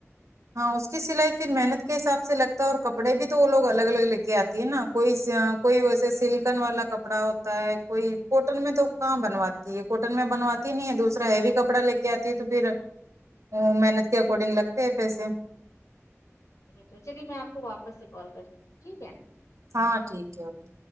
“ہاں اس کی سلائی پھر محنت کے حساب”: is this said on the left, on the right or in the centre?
Right